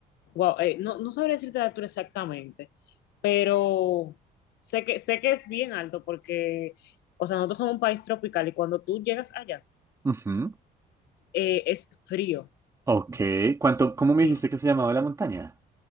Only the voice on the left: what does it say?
Wow, eh, no, no sabría decirte la altura exactamente, pero sé que, sé que es bien alto porque, o sea, nosotros somos un país tropical y cuando tú llegas allá,
eh, es frío,
sí.